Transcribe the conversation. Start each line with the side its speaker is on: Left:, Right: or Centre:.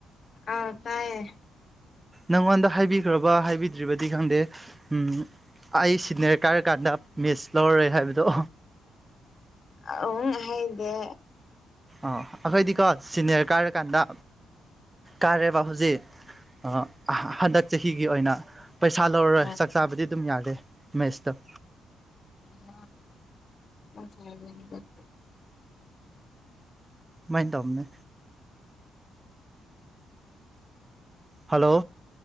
Left: ꯑꯧ ꯇꯥꯏꯌꯦ
Right: ꯅꯪꯉꯣꯟꯗ ꯍꯥꯏꯕꯤꯈ꯭ꯔꯕ ꯍꯥꯏꯕꯤꯗ꯭ꯔꯤꯕꯗꯤ ꯈꯪꯗꯦ ꯎꯝ ꯑꯩ ꯁꯤꯅꯦꯔ ꯀꯥꯔ ꯀꯥꯟꯗ ꯃꯦꯁ ꯂꯧꯔꯔꯣꯏ ꯍꯥꯏꯕꯗꯣ
Left: <unintelligible> ꯍꯥꯏꯗꯦ
Right: ꯑꯣ ꯑꯈꯣꯏꯗꯤꯀꯣ ꯁꯤꯅꯤꯌꯔ ꯀꯥꯔꯀꯥꯟꯗ ꯀꯥꯔꯦꯕ ꯍꯧꯖꯤꯛ ꯑꫭ ꯍꯟꯗꯛ ꯆꯍꯤꯒꯤ ꯑꯣꯏꯅ ꯄꯩꯁꯥ ꯂꯧꯔꯔꯣꯏ
Left: ꯑꯥ
Right: ꯆꯥꯛ ꯆꯥꯕꯗꯤ ꯑꯗꯨꯝ ꯌꯥꯔꯦ ꯃꯦꯁꯇꫭ
Left: ꯑꯃ <unintelligible>
Right: ꯃꯥꯏꯟ ꯇꯧꯕꯅꯦ ꯍꯜꯂꯣ